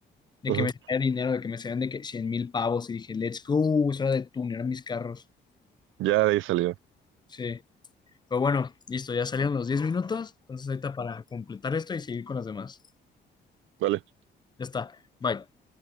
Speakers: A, on the left (about 20°); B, on the right (about 80°).
A: de
B: Ajá.
A: que me salía dinero, de que me salían de que cien mil pavos y dije, let's go, es hora de tunear mis carros.
B: Ya de ahí salió.
A: Sí. Pero bueno, listo, ya salieron los 10 minutos, entonces ahorita para completar esto y seguir con las demás.
B: Vale.
A: Ya está, bye.